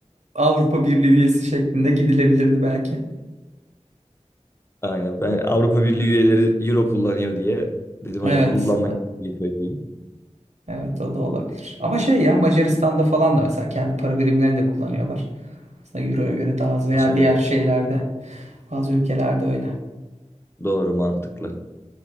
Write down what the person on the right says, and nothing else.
Avrupa Birliği üyesi şeklinde gidilebilirdi belki.
Evet,
e,
evet o da olabilir. Ama şey ya Macaristan'da falan da mesela kendi para birimlerini de kullanıyorlar. Aslında Euro'ya göre daha az veya
diğer şeylerde, bazı ülkelerde öyle.